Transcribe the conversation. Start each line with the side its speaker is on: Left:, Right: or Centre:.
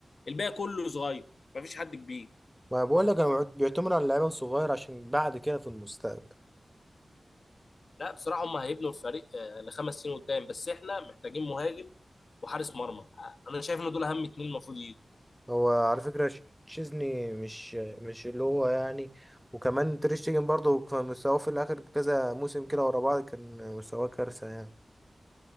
Left: الباقي كله صغير مفيش حد كبير
Centre: ما بقول لك انا بيعتمد على اللعيبة الصغير عشان بعد كده في المستقبل
Left: لا بصراحة هم هيبنوا الفريق آه، لخمس سنين قدام بس احنا محتاجين مهاجم وحارس مرمى آه، انا شايف ان دول اهم اتنين المفروض يجوا
Centre: هو على فكرة ش- تشيزني مش مش اللي هو يعني وكمان تير شتيجن برضه كان مستواه في الآخر كذا موسم كده ورا بعض كان مستواه كارثة يعني